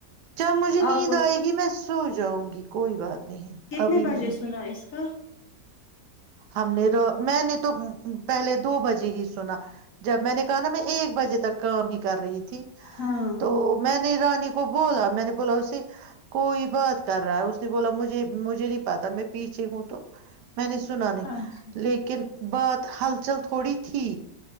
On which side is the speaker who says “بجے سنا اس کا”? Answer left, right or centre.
Left